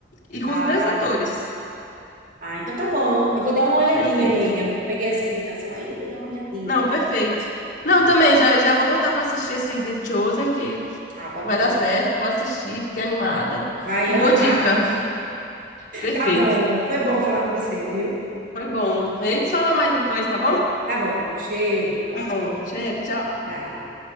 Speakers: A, on the left; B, on the right.
A: E com
B: Ah,
A: os mesmos atores.
B: ah, então tá bom. Eu vou dar uma olhadinha,
A: Perfeito.
B: amiga. Peguei essa indicação aí, vou dar uma olhadinha
A: Não,
B: aqui.
A: perfeito. Não, também, já, já vou botar pra assistir esse aí The Chosen, que
B: Ah, pode
A: vai
B: botar.
A: dar certo. Vou assistir, fiquei animada.
B: Vai
A: E boa
B: amar.
A: dica. Perfeito.
B: Tá bom, foi bom falar com você, viu?
A: Foi bom. A gente fala mais depois, tá bom?
B: Tá bom, um cheiro.
A: Tá bom. Cheiro, tchau.
B: Tchau.